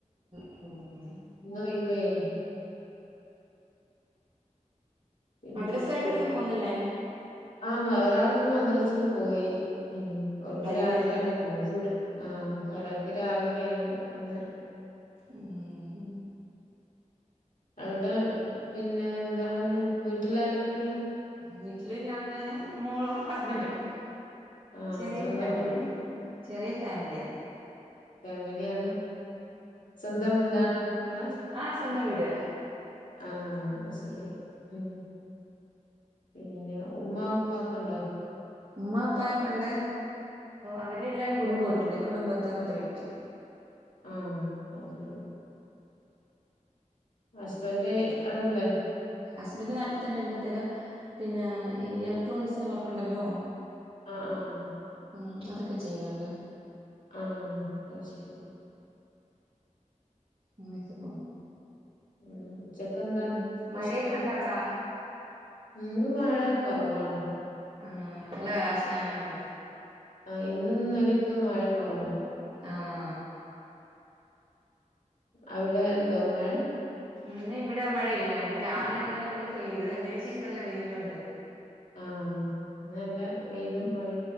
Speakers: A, on the right; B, on the left.
A: മ് മ്
B: ഇന്ന് ഒയ് വെനി പിന്നെ
A: മദ്രസകളിലൊന്നും പോന്നില്ലേ
B: ആ ഒരാള് ഇപ്പോ മദ്രസില് പോയി ഒക്ക്
A: വൈകുന്നേരത്താ
B: രാത്രി ആണ് ആഹ് ഒരാക്ക് രാവിലെണ് അങ്ങനെ
A: ഉം
B: അവ്ടെ പിന്നെ എന്താ പിന്നെ വീട്ടില് ആരൊക്കെ ഇള്ളേ
A: വീട്ടില് ഞങ്ങാനും മോളും ഹസ്ബൻറും
B: ആ
A: ചെറിയൊരു
B: സ്വന്തം
A: ഫാമിലി
B: വീടാ
A: ചെറിയ ഫാമിലി ആ
B: ഫാമിലിആണ് സ്വന്തം വീടണോ ങ്ങളെ
A: ആ സ്വന്തം വീട്
B: ആ അഹ്ശേരി ഉം പിന്നെ ഉമ്മ ഉപ്പ ഒക്കെണ്ടോ
A: ഉമ്മ ഉപ്പായാക്കെ ണ്ട് അവരെല്ലാരും കുടുംബം വീട്ടില് കുടുംബത്ത് അവര്ടെ വീട്ടില്
B: ഉം അഹ്ശേരി ഹസ്ബന്റ് അവ്ടല്ലേ
A: ഹസ്ബൻ്റ് നാട്ടി തന്നെയുണ്ട് അതിന് പിന്നെ ഈ എലക്ട്രോണിക്സിൻ്റെ വർക്കുണ്ടല്ലോ
B: അആ
A: ആ അതൊക്കെ ചെയ്യുന്നുണ്ട്
B: ആ അഹ് ശേരി
A: അങ്ങനെക്കേ പോന്നു
B: ഉ ഉച്ചക്കന്താ
A: പിന്നെ
B: സ്പെഷ്യല്
A: മഴയൊക്കെ ഉണ്ടോ അവിടാ
B: ഇന്ന് മഴ കോറവാണ്
A: ആഹ നല്ല കാലാവസ്ഥയാണോന്നോ
B: ആഹ് ഇന്നും ഇന്നലൊക്കെ മഴ കൊറവാ
A: ആഹ്
B: അവിടെ ഉണ്ടോ മഴ
A: ഇന്ന് ഇവിടെ മഴയില്ല ഇന്ന് രാവിലെ നല്ലോണക്കെ പെയ്ത് അതിന് ശേഷം നല്ല വെയിലുണ്ട്
B: ആഹ് ഇന്നല്ല വെയിലും മഴ